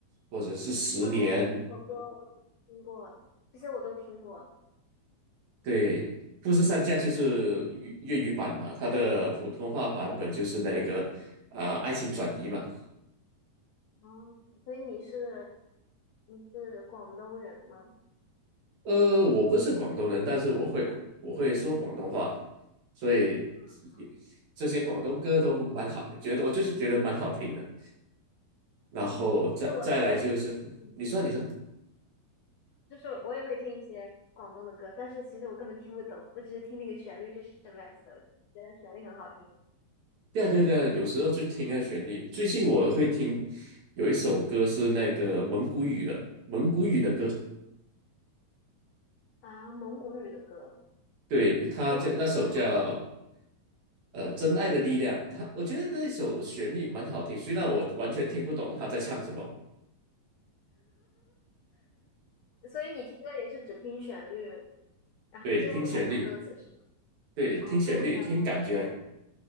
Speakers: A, on the right; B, on the left.
A: 或者是《十年》。
B: 啊，这首歌我听过，这些我都听过。
A: 对，《富士山下》就是粤粤语版嘛，
B: 嗯
A: 它的普通话版本就是那个呃《爱情转移》嘛。
B: 哦，所以你是你是广东人吗？
A: 呃，我不是广东人，但是我会我会说广东话，所以也这些广东歌都蛮好，
B: 嗯嗯
A: 觉得我就是觉得蛮好听的。然后再再来就是，
B: 嗯，就是我我会嗯
A: <laughs> 你说你说，
B: 就是我也会听一些广东的歌，但是其实我根本听不懂，我只是听那个旋律是什么样子的，我就觉得旋律很好听
A: 对啊对啊对啊有时候就听那旋律。最近我会听有一首歌是那个蒙古语的，蒙古语的歌，
B: 啊。蒙古语的歌
A: 对，
B: 是那种呼麦，
A: 它叫那首叫呃《真爱的力量》，它我觉得那首旋律蛮好听，虽然我完全听不懂他在唱什么，
B: 所以你听歌也是只听旋律，然后最后才看歌词是
A: 对，听旋律，对，
B: 吧？
A: 听旋律，
B: 哦，跟我一样，
A: 听感觉，
B: 跟我